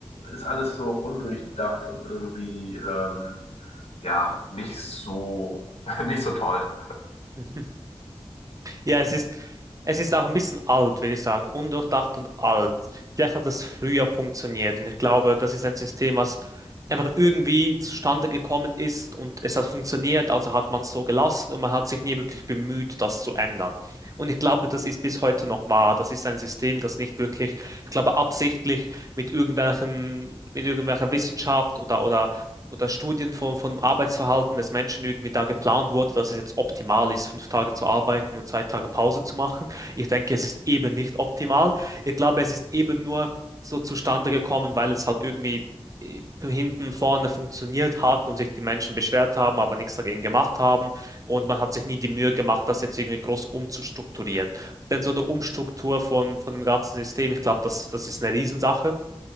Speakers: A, on the left; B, on the right.
A: ist alles so undurchdacht und irgendwie ähm, ja, nicht so, <laughs> nicht so toll.
B: <laughs> Ja, es ist, es ist auch ein bisschen alt, würde ich sagen. Undurchdacht und alt. Vielleicht hat das früher funktioniert. Und ich glaube, das ist ein System, was einfach irgendwie zustande gekommen ist und es hat funktioniert, also hat man es so gelassen und man hat sich nie wirklich bemüht, das zu ändern. Und ich glaube, das ist bis heute noch wahr. Das ist ein System, das nicht wirklich, ich glaube, absichtlich mit irgendwelchen, mit irgendwelcher Wissenschaft oder, oder oder Studien von, von Arbeitsverhalten des Menschen irgendwie da geplant wurde, dass es jetzt optimal ist, fünf Tage zu arbeiten und zwei Tage Pause zu machen. Ich denke, es ist eben nicht optimal. Ich glaube, es ist eben nur so zustande gekommen, weil es halt irgendwie äh, hinten vorne funktioniert hat und sich die Menschen beschwert haben, aber nichts dagegen gemacht haben. Und man hat sich nie die Mühe gemacht, das jetzt irgendwie groß umzustrukturieren. Denn so eine Umstruktur von, von dem ganzen System, ich glaube, das, das ist eine Riesensache